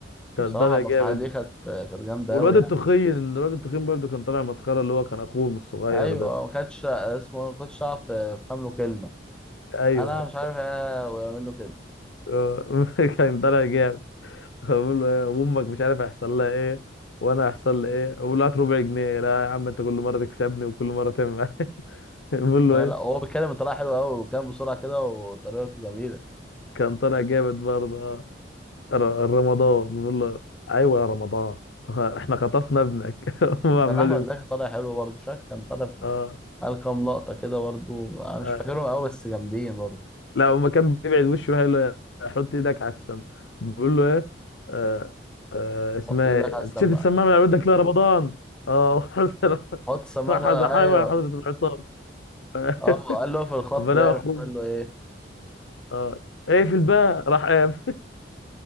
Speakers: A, in the centre; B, on the left (about 75°).
A: وبصراحه
B: كان طالع
A: المسرحيه
B: جامد
A: دي كانت كانت جامده
B: والواد
A: قوي
B: التخين
A: يعني
B: الواد التخين برضه كان طالع مسخره اللي هو كان اخوهم الصغير
A: ايوه
B: ده
A: ما كانتش اسمه إيه، ما كنتش اعرف تفهم له كلمه
B: ايوه
A: انا مش عارف ايه ويعمل له كده
B: آه، <laughs> كان طالع جامد بقول له ايه وامك مش عارف هيحصل لها ايه وانا هيحصل لي ايه بقول له هات ربع جنيه لا يا عم انت كل مره تكسبني وكل مره تعمل معايا <laughs> بقول له
A: لا
B: ايه
A: لا هو بيتكلم بطريقه حلوه قوي وكان بسرعه كده وطريقته جميله
B: كان طالع جامد برضه اه ر- رمضان بقول له ايوه يا رمضان <laughs> احنا خطفنا ابنك <laughs> هو
A: وكان
B: عمال
A: احمد
B: يقول
A: زكي طالع حلو برضه شاك كان طالع في
B: اه
A: قال كام لقطه كده برضه انا مش
B: آه،
A: فاكرهم قوي بس جامدين برضه
B: لو ما كان بيبعد وشه يروح يقول له حط ايدك على السم بيقول له ايه آه آه اسمها
A: حط ايدك
B: ايه
A: على السماعه
B: انت شفت السماعه من على ودك ليه يا رمضان اه <laughs> حضر
A: حط السماعه
B: حضر
A: تعالى.
B: حضر
A: ايوه
B: حضرة العصام <laughs>
A: اه قال له في الخط
B: فلا
A: بقى
B: اخوه
A: مش عارف قال له ايه
B: اه ايه في الباء راح قام